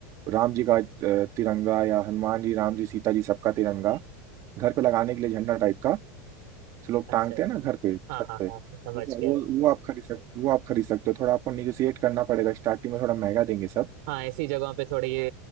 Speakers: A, on the right; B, on the right.
A: राम जी का अ, तिरंगा या हनुमान जी राम जी सीता जी सबका तिरंगा घर पे लगाने के लिए झंडा टाइप का जो लोग
B: अच्छा
A: टांगते
B: अच्छा
A: हैं ना घर पे
B: हाँ
A: छत
B: हाँ
A: पे
B: हाँ समझ
A: वो वो
B: गया
A: वो आप खरीद सकते वो आप खरीद सकते हो थोड़ा आपको निगोशिएट करना पड़ेगा स्टार्टिंग में थोड़ा महंगा देंगे सब
B: हाँ ऐसी जगहों पे थोड़ी ये,